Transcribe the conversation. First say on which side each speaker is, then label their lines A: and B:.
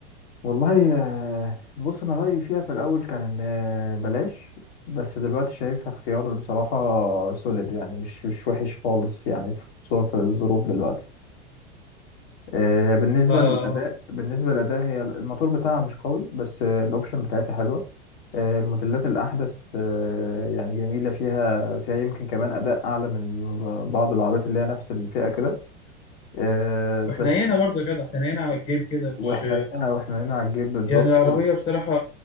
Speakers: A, on the left (about 60°); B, on the left (about 35°).
A: والله آه، بص انا رأيي فيها في الاول كان ان آه، بلاش بس دلوقتي شايفها اختيار بصراحة سوليد يعني مش مش وحش خالص يعني خصوصا في الظروف دلوقتي آه، بالنسبة
B: اه اه
A: للأداء
B: آه.
A: بالنسبة للأداء هي الموتور بتاعها مش قوي بس آه، الأوبشن بتاعتها حلوة آه، الموديلات الأحدث آه، يعني جميلة فيها فيها يمكن كمان أداء أعلى من بعض العربيات اللي هي نفس الفئة كده آه،
B: وحنينة
A: بس
B: برضه يا جدع حنينة على الجيب كده مش
A: واحنا هنا واحنا هنا على الجيب بالظبط
B: يعني العربية
A: و-
B: بصراحة